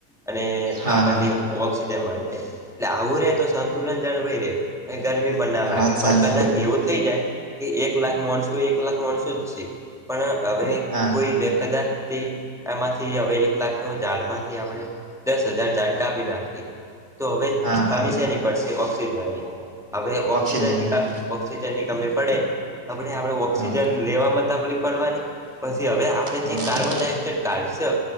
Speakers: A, in the centre; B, on the right (about 25°).
A: અને
B: હા
A: આપણને
B: હા
A: ઓક્સિજન મળી જ એટલે આવું રે તો સંતુલન જન હોય રે ગરમી ના
B: આ
A: લાગે
B: વાત
A: પણ
B: સાચી
A: કદાચ એવું થઈ જાય કે એક લાખ માણસું એક લાખ માણસું જ છે પણ હવે
B: હા
A: કોઈ કદા તે આમાંથી હવે એક લાખ ઝાડમાંથી આપણે દસ હજાર ઝાડ કાપી નાખીએ તો હવે
B: હા
A: કામી
B: હા
A: છેની પડશે ઓક્સિજનની હવે ઓક્સજનની
B: ઓક્સિજનની
A: ઓક્સિજન ની કમી પડે આપડ આપડ ઓક્સિજન
B: હા
A: લેવામાં તકલીફ પડવાની પછી હવે આપડે
B: હા
A: જે કાર્બન
B: બરોબર
A: ડાયોક્સાઇડ કાઢશે